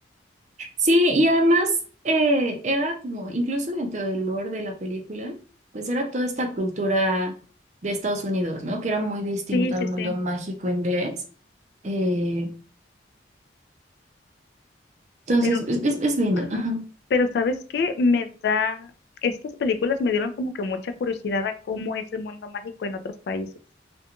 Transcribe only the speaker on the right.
Sí, y además eh, era como, incluso dentro del lore de la película, pues era toda esta cultura de Estados Unidos, ¿no? Que era muy distinta
al mundo
mágico inglés. Eh, entonces,
es, es- es lindo.
Ajá.